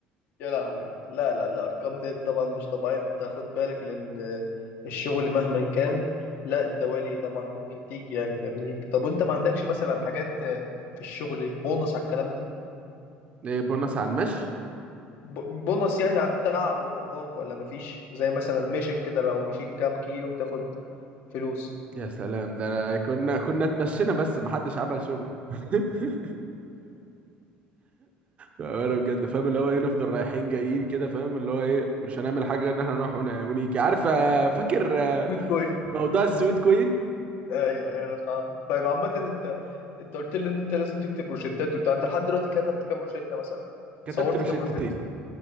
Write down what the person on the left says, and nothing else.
يا لهوي لا لا الأرقام ديت طبعا مش طبيعية أنت خد بالك لأن الشغل مهما كان لا الدوالي طبعا ممكن تيجي يعني فاهمني طب وأنت ما عندكش مثلا حاجات في الشغل بونص على الكلام ده
ب- بونص يعني على التعب والإرهاق ولا مفيش زي مثلا ميشن كده لو مشيت كام كيلو تاخد فلوس
بيتكوين
أيوه أيوه أنا فاهمك طيب عامة أنت أنت قلت لي إن أنت لازم تكتب روشتات وبتاع أنت لحد دلوقتي كتبت كام روشتة مثلا
صورت
كام روشتة